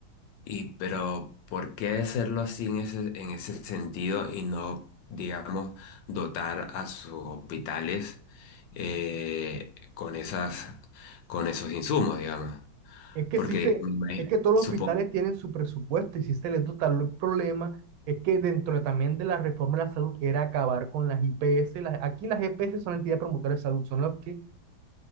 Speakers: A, on the left; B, on the right.
A: y pero ¿por qué hacerlo así en ese, en ese sentido y no, digamos, dotar a sus hospitales eh, con esas, con esos insumos, digamos?
B: Es que
A: Porque
B: sí se,
A: me imagi-
B: es que todos los
A: supo-
B: hospitales tienen su presupuesto y sí se les dota. El problema es que dentro de- también de la reforma de la salud era acabar con las IPS. Las- aquí las EPS son entidades promotoras de salud, son los que